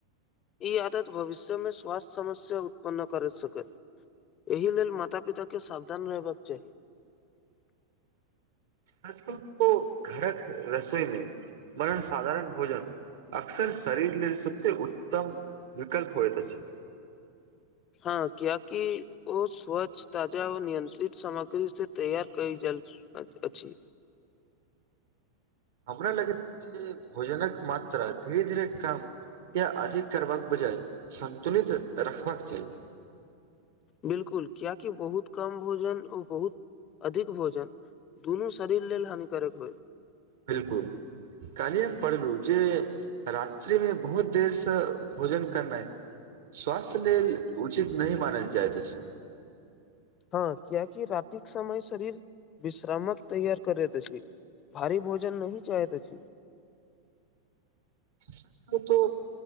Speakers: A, on the left; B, on the right.
A: इ आदत भविष्यमे स्वास्थ्य समस्या उत्पन्न करै सकत एहि लेल माता -पिता के सावधान रहबाक चाही
B: सचकहु तो घरक रसोइ मे बड़ा साधारण भोजन अक्सर शरीर लेल सब से उत्तम विकल्प होइत अछि।
A: हँ कियेकी ओ स्वच्छ ताजा व नियंत्रित सामग्री से तैयार कइ जल अछ अछि
B: हमारा लगैत अछि जे भोजनक मात्रा धीरे -धीरे कम या अधिक करबाक बजाय संन्तुलित रखबाक चाही।
A: बिल्कुल कियेकी बहुत कम भोजन ओ बहुत अधिक भोजन दुनू शरीर लेल हानिकारक होय
B: बिल्कुल काल्ही हम पढ़लु जे रात्रि मे बहुत देर से भोजन करनाय स्वास्थ्य लेल उचित नहि मानल जाइत अछि
A: हँ कियेकि रात्रिक समय शरीर विश्रामक तैयार करैत अछि भारी भोजन नहि चाहैत अछि।
B: सच कहु तो